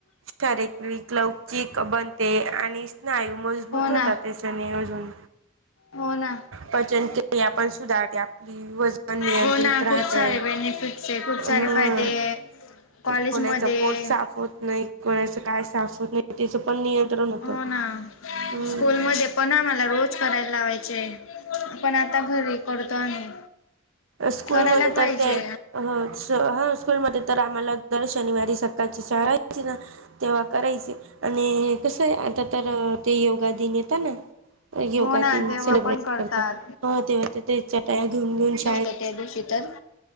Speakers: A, on the right; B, on the left.
A: शारीर लौकिक बनते आणि स्नायू मजबूत होतात
B: ना
A: ते. ज
B: हो ना
A: पचन के आपण सुधार आप व नियंत्रित
B: हो ना
A: राहते
B: खूप सारे बेनिफिट्स आहे खूप
A: हम
B: सारे फायदे आहे कॉलेजमध्ये
A: कोणाच पोट साफ होत नाही कराचं काय साफ होत नाही. त्याचं पण नियंत्रण होतं.
B: हो ना
A: हम्म
B: स्कूलमध्ये पण आम्हाला रोज करायला लावायचे आपण आता घरी करतो आम्ही
A: स्कूलमध्येध्ये
B: करायला पाहिजे
A: तर ते अ हा स्कूलमध्येध्ये तर आम्हाला जर शनिवारी सकाळची शळाची ना तेव्हा करायचे आणि कसं आहे आता तर ते योगा दिन येतं ना. योगा
B: हो ना
A: दिन
B: तेव्हा
A: सेलिब्रेट
B: पण करतात
A: करत हो ते तेचा टाया घेऊन घेऊन श
B: टकल श तर